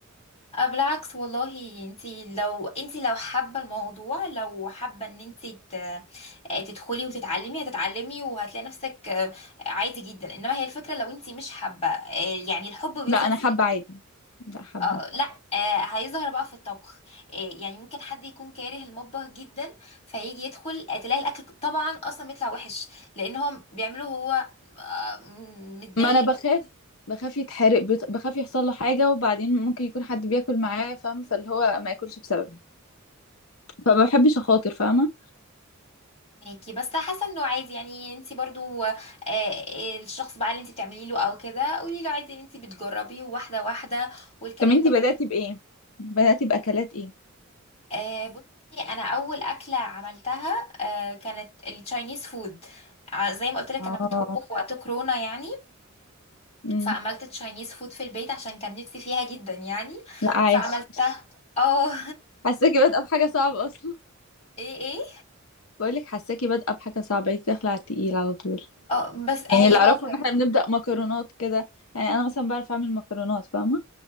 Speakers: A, on the left; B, on the left.
A: أه بالعكس والله انتي لو انتي لو حابة الموضوع لو حابة ان انتي ت- آه، تدخلي وتتعلمي هتتعلمي وهتلاقي نفسك آه، عادي جدا انما هي الفكرة لو انتي مش حابة آه، يعني الحب بيظهر
B: لا انا
A: في
B: حابه عادي لا حابه
A: آه لا آه هيظهر بقى في الطبخ آه يعني ممكن حد يكون كاره المطبخ جدا فيجي يدخل آه، تلاقي الاكل طبعا اصلا بيطلع وحش لان هو بيعمله هو آه، م- متضايق
B: ما انا بخاف بخاف يتحرق بت- بخاف يحصل له حاجه وبعدين ممكن يكون حد بياكل معاه فاهمه فاللي هو ما ياكلش بسببي فما بحبش اخاطر فاهمه
A: ماكي بس حاسه انه عادي يعني انت برضو آه، آه، الشخص بقى اللي انت بتعملي له او كده قولي له عادي ان انت بتجربي واحده واحده والكلام
B: طب انتي
A: ده كله
B: بداتي بايه بداتي باكلات ايه
A: آه، بصي انا اول اكله عملتها آه، كانت التشاينيز فود ع- زي ما قلت لك
B: اه
A: انا كنت بطبخ وقت كورونا يعني
B: امم
A: فعملت تشاينيز فود في البيت عشان كان نفسي فيها جدا يعني
B: لا عايش
A: فعملتها اه
B: حاساكي بادئه بحاجه صعبه اصلا
A: <laughs> ايه ايه
B: بقولك حاساكي بادئه بحاجه صعبه انت داخله على التقيل على طول
A: اه بس
B: يعني
A: هي
B: اللي
A: اه
B: اعرفه
A: هي-
B: ان احنا بنبدا مكرونات كده يعني انا مثلا بعرف اعمل مكرونات فاهمه